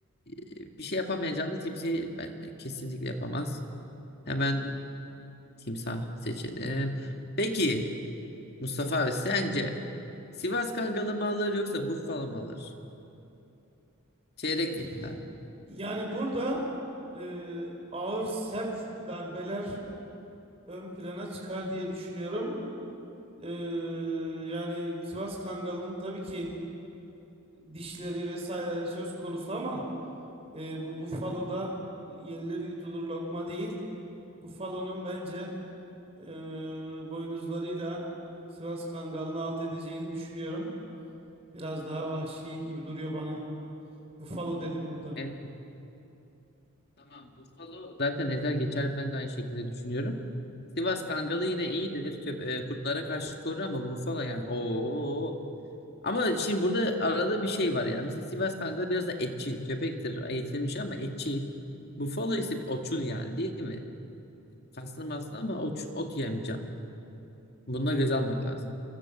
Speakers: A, on the left; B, on the right.
A: e, bir şey yapamayan canlı timsahı ben kesinlikle yapamaz. Hemen timsah seçelim. Peki Mustafa abi sence Sivas Kangalı mı alır yoksa Buffalo mu alır? Çeyrek
B: <laughs>
A: final.
B: Yani burada e, ağır sert darbeler ön plana çıkar diye düşünüyorum. E, yani Sivas Kangalı'nın tabii ki dişleri vesaire söz konusu ama e, bu Buffalo'da yenilir yutulur lokma değil. Buffalo'nun bence e, boynuzlarıyla Sivas Kangalı'nı alt edeceğini düşünüyorum. Biraz daha vahşi gibi duruyor bana. Buffalo dedim burada.
A: Evet, tamam. Buffalo zaten ezer geçer. Ben de aynı şekilde düşünüyorum. Sivas Kangalı yine iyidir. Köp e, kurtlara karşı korur ama Buffalo yani. Oo. Ama şimdi burada arada bir şey var ya. Mesela Sivas Kangalı biraz da etçil. Köpektir. Eğitilmiş ama etçil. Buffalo ise otçul yani değil mi? Kaslı maslı ama oç- ot yemeyeceğim. Bununla göz almak lazım.